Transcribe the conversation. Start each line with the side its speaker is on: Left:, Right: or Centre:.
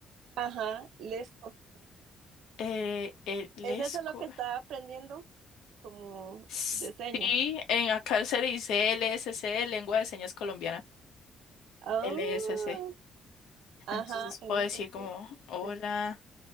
Right: ajá, lesco.
Left: Eh, eh, Lesco.
Right: ¿Es eso lo que está aprendiendo? Como
Left: Sí,
Right: de señas.
Left: en acá se le dice LSC, Lengua de Señas Colombiana.
Right: Ah,
Left: LSC.
Right: ajá,
Left: Entonces
Right: l
Left: puedo decir
Right: s
Left: como,
Right: LS.
Left: hola,